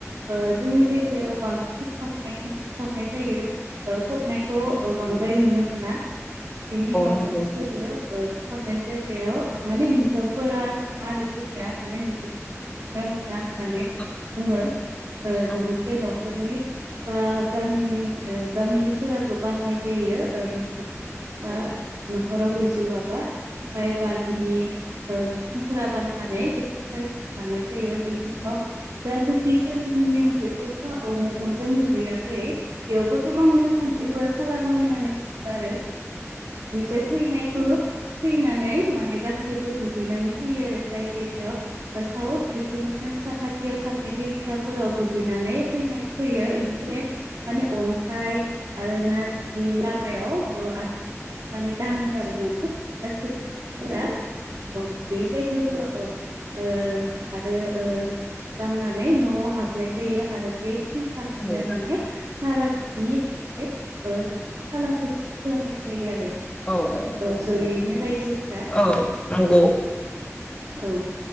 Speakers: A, on the right; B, on the left.
A: ओ जोंनि जायगायाव बांसिन बि सावनायखौ सावनाय जायो। फबनायखौ बां द्राय नुनो मोना बेनि उनाव
B: नंगौ
A: गासिबो ओ सावनाय जायगायाव माने हिनजावफोरा थाङा आरो जोंनिया माने हिनजावफोरखौ थांनो मोन होननानै
B: औ
A: बुङो ओ
B: औ
A: न'खरनि बा गामिनि गामिनिफोराबो बाननाय जायो। न'खरनि बा न'खराव गैजोबा बाय बाहागिनि सुबुंफोरा बाननानै गोथैसालिसिम लांनाय जायो बेनि उनाव जा गोैथैसालि नेम बेखौथ' औ जों लुगैयाखै बेयावबो गोबां नेमखान्थिफोर खालामो होननानै बुङो आरो बेनिफ्राय फैनायखौ फैनानै माने गासैबो दुगैनानै फैयो आरो जाय जायगायाव आसाव बेफोरनो हसा खाय खाथियाव थानाय दैसाफोराव दुगैनानै फैनाय होयो बेनिफ्राय माने अन्थाइ आरो नारजि लामायाव आथिं हो सुनानै दाङो आरो माने गाससिबो थांनायफोरा औ बे जायगायावथ' औ ओ आरो ओ दांनानै न'आव हाबनाय जायो आरो बे आनिनो
B: औ औ
A: माने सारादुनि थाखाय खाालारखौ थि खालामनाय जायो आरो
B: औ औ औ
A: ओ जयैनोल रायजोफोरा
B: औ नंगौ
A: औ